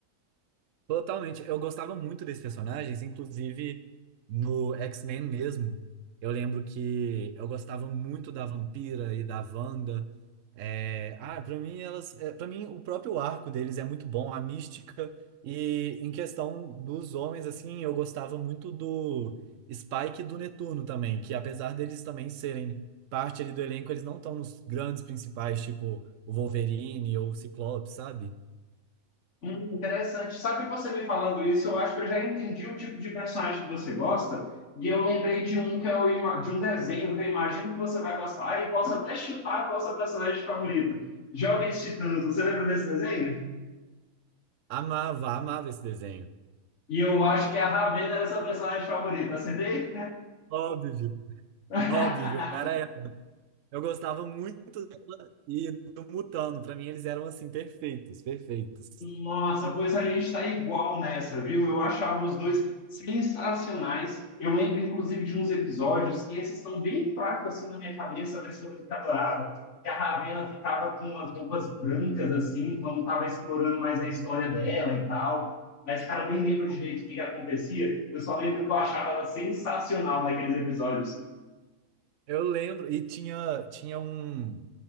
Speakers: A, on the right (about 65°); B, on the left (about 60°).
A: Totalmente. Eu gostava muito desses personagens, inclusive no X-Men mesmo. Eu lembro que eu gostava muito da Vampira e da Wanda. É, Ah, para mim elas, é, para mim o próprio arco deles é muito bom, a mística. E em questão dos homens, assim, eu gostava muito do Spike e do Netuno também, que apesar deles também serem parte ali do elenco, eles não estão nos grandes principais, tipo o Wolverine ou o Ciclope, sabe?
B: Hum, interessante. Sabe você me falando isso, eu acho que eu já entendi o tipo de personagem que você gosta, e eu lembrei de um que eu ima- de um desenho que eu imagino que você vai gostar e posso até chutar qual é o seu personagem favorito. Jovens Titãs, você lembra desse desenho?
A: Amava, amava esse desenho.
B: E eu acho que a Ravena era seu personagem favorito, acertei?
A: Óbvio,
B: <laughs>
A: óbvio, era ela. Eu gostava muito e do Mutano, pra mim eles eram assim perfeitos, perfeitos.
B: Nossa, pois a gente tá igual nessa, viu? Eu achava os dois sensacionais. Eu lembro, inclusive, de uns episódios que esses estão bem fracos assim na minha cabeça, mas que eu que adorava. Que a Ravena ficava com umas roupas brancas, assim, quando tava explorando mais a história
A: Sim.
B: dela e tal. Mas, cara, eu nem lembro direito o que que acontecia. Eu só lembro que eu achava ela sensacional naqueles episódios.
A: Eu lembro e tinha tinha um